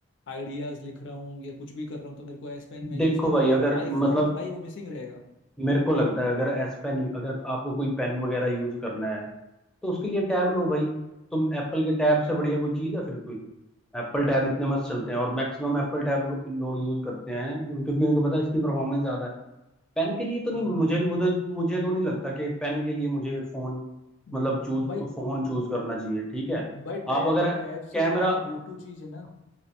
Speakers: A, on the left (about 60°); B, in the centre.
A: आइडियाज लिख रहा हूँ या कुछ भी कर रहा हूँ तो मेरे को एस पेन में यूज
B: देखो
A: कर
B: भाई
A: लेता
B: अगर
A: हूँ आईफोन
B: मतलब
A: में भाई वो मिसिंग रहेगा
B: मेरे को लगता है अगर एस पेन अगर आपको कोई पेन वगैरह यूज करना है तो उसके लिए टैब लो भाई तुम एप्पल के टैब से बढ़िया कोई चीज है फिर कोई एप्पल टैब इतने मस्त चलते हैं और मैक्सिमम एप्पल टैब लो, लोग यूज करते हैं क्यों- क्योंकि उनको पता है इसकी परफॉर्मेंस ज्यादा है पेन के लिए तो नहीं
A: हाँ
B: मुझे
A: हाँ हाँ
B: मुझे मुझे तो नहीं लगता कि पेन के लिए मुझे फोन
A: ब-
B: मतलब चूज
A: भाई
B: फोन चूज करना चाहिए ठीक है
A: भाई टैब
B: आप अगर
A: टैब से
B: कैमरा
A: ज्यादा गो टू चीज है ना